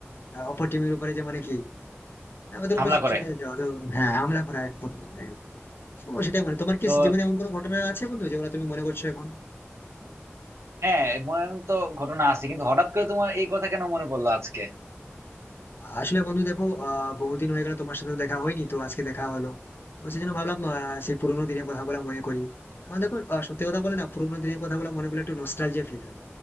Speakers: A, on the left; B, on the right.
A: আহ, অপর টিমের উপরে যে মানে কি না, ওদের
B: হামলা
A: উপর
B: করে
A: চড়ে যাওয়া তো হ্যাঁ আমরা করা এক প্রকার। ও সেটাই মানে তোমার কি
B: তো
A: জীবনে এমন কোনো ঘটনা আছে বন্ধু যেগুলো তুমি মনে করছো এখন
B: হ্যাঁ মনে তো ঘটনা আছে কিন্তু হঠাৎ করে তোমার এই কথা কেন মনে পড়লো আজকে
A: আসলে বন্ধু দেখো আহ বহুদিন হয়ে গেল তোমার সাথে তো দেখা হয়নি তো আজকে দেখা হলো তো সেই জন্য ভাবলাম আহ, সেই পুরোনো দিনের কথা বলা মনে করি কারণ দেখো আহ, সত্যি কথা বলে না পুরোনো দিনের কথা বলা মনে করলে একটু নস্টালজিয়া ফিল হয়